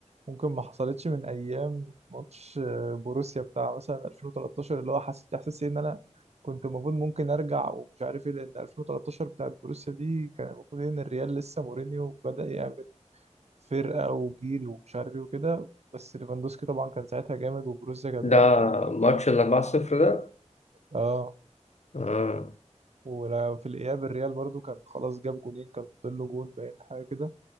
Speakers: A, on the right; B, on the left.
A: ممكن ما حصلتش من ايام ماتش آه، بوروسيا بتاع مثلا 2013 اللي هو حسيت احساس إيه ان انا كنت المفروض ممكن ارجع ومش عارف ايه لان 2013 بتاعت بوروسيا دي كان المفروض ان الريال لسه مورينيو بدأ يعمل فرقة وجيل ومش عارف ايه وكده بس ليفاندوسكي طبعا كان ساعتها جامد وبوروسيا كانت جامدة
B: ده ماتش ال 4-0 ده
A: اه
B: آه.
A: وفي الاياب الريال برضو كان خلاص جاب جونين كان فاضل له جون باين حاجة كده